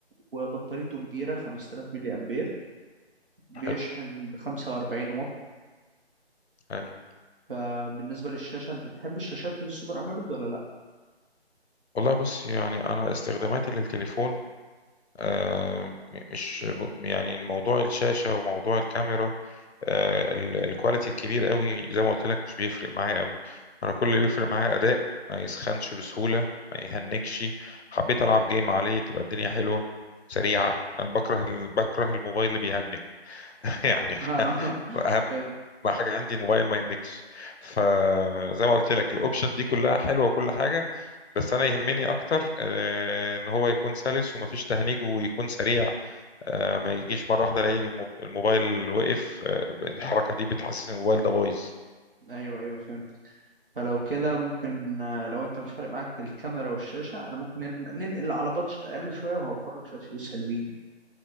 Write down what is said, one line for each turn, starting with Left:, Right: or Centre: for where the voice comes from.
Right: وبطاريته كبيرة 5000 ملي أمبير بيشحن
Left: حلو
Right: ب 45 واط
Left: ايوه
Right: فبالنسبة للشاشة أنت بتحب الشاشات السوبر أموليد ولا لأ؟
Left: والله بص يعني انا استخداماتي للتليفون آه، مش يعني موضوع الشاشة وموضوع الكاميرا آه، ال- الكواليتي الكبير قوي زي ما قلت لك مش بيفرق معايا قوي انا كل اللي بيفرق معايا اداء ما يسخنش بسهولة ما يهنكش حبيت العب جيم عليه تبقى الدنيا حلوة سريعة انا بكره ال- بكره الموبايل اللي بيهنك <laughs> يعني
Right: <laughs> آه،
Left: اهم
Right: فهمت
Left: حاجة عندي الموبايل ما يهنكش فزي ما قلت لك الاوبشن دي كلها حلوة وكل حاجة بس انا يهمني اكتر آه، ان هو يكون سلس ومفيش تهنيج ويكون سريع آه، ما يجيش مرة واحدة الاقي الموب- الموبايل وقف آه، الحركة دي بتحسسني إن الموبايل ده بايظ
Right: ايوه ايوه فهمت فلو كده ممكن آه، لو انت مش فارق معاك الكاميرا والشاشه احنا ممكن نن- ننقل على بادجت اقل شويه وهوفر لك شويه فلوس حلوين يعني.